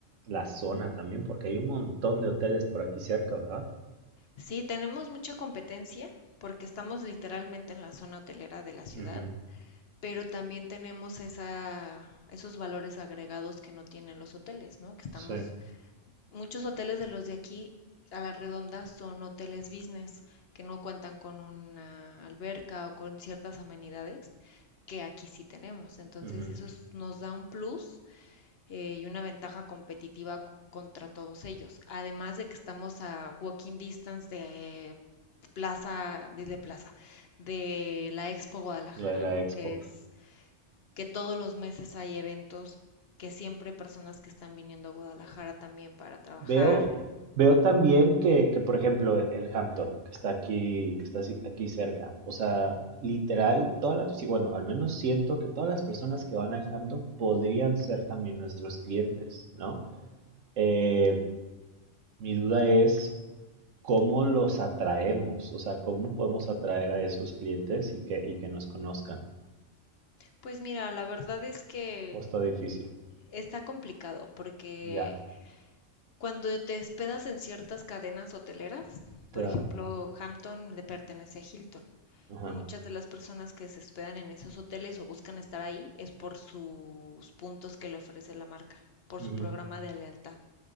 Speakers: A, on the right; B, on the left.
A: la zona también, porque hay un montón de hoteles por aquí cerca, ¿verdad?
B: sí, tenemos mucha competencia porque estamos literalmente en la zona hotelera de la ciudad,
A: Ujú,
B: pero también tenemos esa, esos valores agregados que no tienen los hoteles, ¿no? Que estamos
A: sí,
B: Muchos hoteles de los de aquí a la redonda son hoteles business que no cuentan con una alberca o con ciertas amenidades que aquí sí tenemos. Entonces
A: ujú,
B: eso es- nos da un plus eh, y una ventaja competitiva c- contra todos ellos. Además de que estamos a walking distance de eh, plaza, desde plaza, de la Expo Guadalajara,
A: lo de la
B: ¿no?
A: expo.
B: Que es que todos los meses hay eventos que siempre hay personas que están viniendo a Guadalajara también para trabajar
A: Veo, veo también que, que, por ejemplo, el Hampton, que está aquí, que está así- aquí cerca, o sea, literal, todas las, sí, bueno, al menos siento que todas las personas que van al Hampton podrían ser también nuestros clientes, ¿no? Eh, mi duda es cómo los atraemos, o sea, cómo podemos atraer a esos clientes y que, y que nos conozcan.
B: Pues mira, la verdad es que
A: O está difícil,
B: está complicado porque
A: ya,
B: cuando te hospedas en ciertas cadenas hoteleras,
A: te
B: por
A: dan.
B: ejemplo, Hampton le pertenece a Hilton
A: Ajá.
B: y muchas de las personas que se hospedan en esos hoteles o buscan estar ahí es por sus puntos que le ofrece la marca, por
A: ujú,
B: su programa de lealtad.